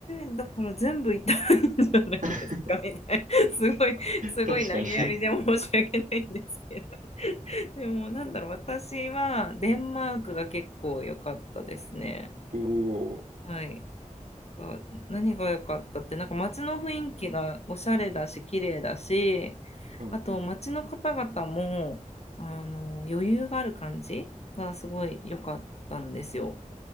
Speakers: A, on the left (about 55°); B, on the right (about 70°).
A: えだから全部いったらいいんじゃないですか
B: <laughs>
A: <laughs> みたいな。すごい、すごい投げやりで申し訳ないんですけ
B: たし確かにね。
A: ど。<laughs> でも、なんだろう、私はデンマークが結構良かったですね。
B: おお。
A: はい。なんか何が良かったって、なんか街の雰囲気がおしゃれだし、綺麗だし、
B: はい。
A: あと街の方々も、あの、余裕がある感じがすごい良かったんですよ。